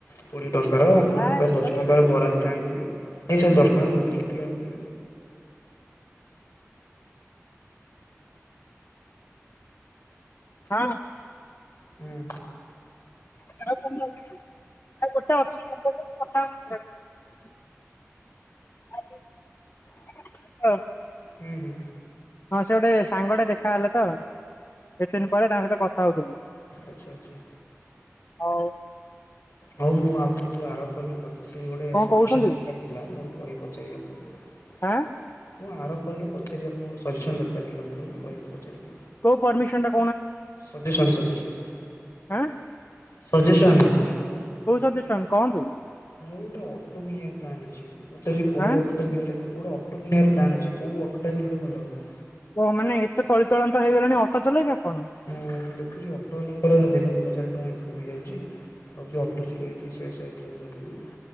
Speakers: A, on the left; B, on the left.
A: କୋଡିଏ ଟଙ୍କାର ଆପଣଙ୍କ
B: ହଁ
A: ପାଇଁ ଦଶ
B: ଗୋଟେ
A: ଟଙ୍କାର
B: ଅଛି
A: ବରା ଦିଟା ଆଣିପାରିବି। ନାଇଁ ସାର୍ ଦଶ ଟଙ୍କାର ଗୁପଚୁପ ଚୁଟି କାଟିଥିଲି।
B: ହଁ।
A: ହୁଁ।
B: <unintelligible> <unintelligible> ହଁ।
A: ହୁଁ ହୁଁ।
B: ହଁ ସେ ଗୋଟେ ସାଙ୍ଗଟେ ଦେଖା ହେଲେ ତ ଏତେ ଦିନ ପରେ ତାଙ୍କ ସହିତ କଥା ହଉଥିଲି।
A: ଆଚ୍ଛା ଆଚ୍ଛା।
B: ହଉ
A: ହଉ ମୁଁ ଆପଣଙ୍କୁ ଆର କଲ ରେ ସେ ଗୋଟେ
B: କଣ
A: ସଜେସନ
B: କହୁଛନ୍ତି
A: ଦରକାର ଥିଲା। ମୋର କହି ପଚାରବି ଆପଣଙ୍କୁ
B: ଆଁ
A: ମୁଁ ଆର କଲ୍‌ ରେ ପଚାରିବି ଆପଣ ଗୋଟେ ସଜେସନ୍ ଦରକାରଥିଲା ମୋର କହିିବି ପଚାରିବି।
B: କୋଉ ପରମିଶନ
A: ସଜେସନ୍‌ ସଜେସନ୍‌
B: ଆଁ
A: ସଜେସନ୍‌।
B: କୋଉ ସଜେସନ୍‌ କହନ୍ତୁ?
A: ଗୋଟେ ଅଟୋ କିଣିବାର ପ୍ଲାନ୍‌ ଅଛି। ପଚାରିବେ କୋଉ
B: ଆଁ
A: ଅଟୋଟା କିଣିଲେ ମୁ ଗୋଟେ ଅଟୋ କିଣିବାର ପ୍ଲାନ୍ ଅଛି। କୋଉ ଅଟୋଟା କିଣିଲେ ଭଲ ହବ?
B: ଓ ମାନେ ଏତେ ତଳିିତଳାନ୍ତ ହେଇଗଲଣି ଅଟୋ ଚଲେଇବେ। ଆପଣ
A: ହଁ ମୁଁ ଦେଖୁଛି ଅଟୋ ବାଲାଙ୍କର ଦିନକୁ ହଜାର ଟଙ୍କା ଇନ କମିଯାଉଛି ଭାବୁଛି ଅଟୋ ଚଲେଇକି <unintelligible> କରିଦେବି।